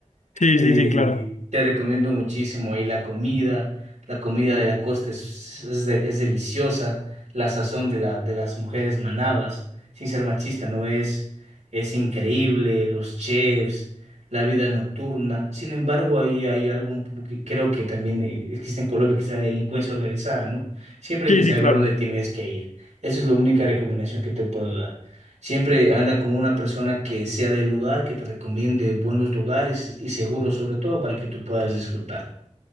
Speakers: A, on the left (about 80°); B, on the right (about 75°).
A: Sí,
B: Y
A: sí, sí, claro.
B: te recomiendo muchísimo ahí la comida, la comida de la costa es, es, de- es deliciosa, la sazón de, la, de las mujeres manabas, sin ser machista, no es es increíble, los chefs, la vida nocturna. Sin embargo, ahí hay algo un poco que creo que también eh, existe en Colombia, que es la delincuencia organizada, ¿no? Siempre
A: Sí,
B: hay que saber
A: sí, claro.
B: dónde tienes que ir. Esa es la única recomendación que te puedo dar. Siempre anda con una persona que sea del lugar, que te recomiende buenos lugares y seguros, sobre todo, para que tú puedas disfrutar.